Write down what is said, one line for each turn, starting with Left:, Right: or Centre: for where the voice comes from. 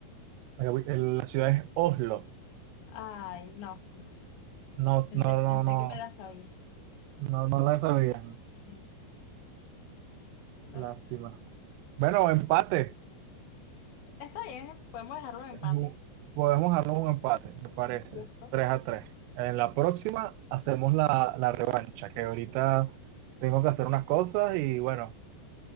Right: La capi- el- la ciudad es Oslo.
Left: Ay, no, no.
Right: No,
Left: Pensé,
Right: no, no,
Left: pensé
Right: no.
Left: que me la sabía.
Right: No, no la sabía.
Left: <laughs> No
Right: Lástima.
Left: la sabía.
Right: Bueno, empate.
Left: Está bien, podemos dejarlo en empate,
Right: Ju- Podemos armar un empate, me parece.
Left: algo justo,
Right: tres a tres En la próxima hacemos la, la revancha, que ahorita tengo que hacer unas cosas y bueno,